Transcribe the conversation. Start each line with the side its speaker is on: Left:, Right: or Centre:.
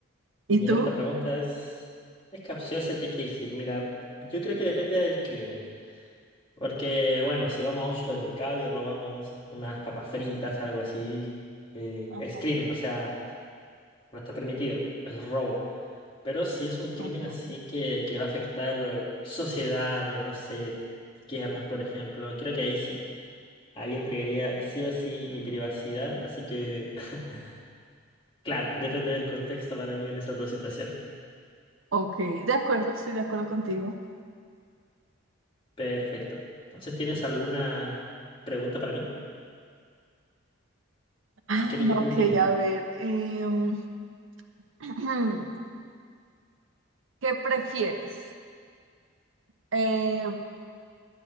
Right: ¿Y
Left: mira,
Right: tú?
Left: esta pregunta es, es capciosa, es difícil. Mira, yo creo que depende del crimen. Porque, bueno, si vamos a un supermercado y robamos unas papas fritas, algo así, eh,
Right: Ajá,
Left: es crimen, o sea, no está permitido, es robo. Pero si es un crimen
Right: ajá.
Left: así que, que va a afectar sociedades, no sé, guerras, por ejemplo, creo que ahí sí. Ahí entregaría sí o sí mi privacidad, así que, <laughs> claro, depende del contexto para mí en esas dos situaciones.
Right: Ok, de acuerdo, estoy de acuerdo contigo.
Left: Perfecto. Entonces, ¿tienes alguna pregunta para mí?
Right: Ah,
Left: Si quieres, yo continúo.
Right: Ok, a ver, em, <clears throat> ¿qué prefieres? Eh,